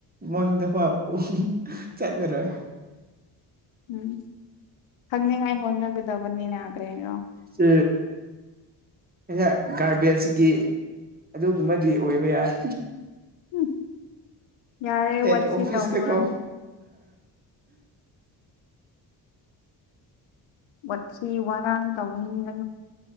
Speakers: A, on the right; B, on the left.
A: ꯃꯪꯗ ꯐ ꯎ ꯆꯠꯅꯔꯣꯏ
B: ꯎꯝ ꯈꯪꯅꯤꯡꯉꯥꯏ ꯍꯣꯠꯅꯒꯗꯕꯅꯤ ꯌꯥꯅꯥꯈ꯭ꯔꯦꯔꯣ
A: ꯁꯤ ꯑꯩꯍꯥꯛ ꯒꯥꯔꯕꯦꯖꯀꯤ ꯑꯗꯨꯒꯨꯝꯕꯗꯤ ꯑꯣꯏꯕ ꯌꯥꯏ
B: ꯎꯝ ꯌꯥꯔꯦ
A: ꯍꯦꯗ
B: ꯋꯥꯊꯤ
A: ꯑꯣꯐꯤꯁ
B: ꯇꯧꯔꯅꯨ
A: ꯊꯀꯣ
B: ꯋꯥꯠꯁꯤꯤ ꯋꯥꯔꯥꯡ ꯇꯧꯕꯅꯤꯡꯒ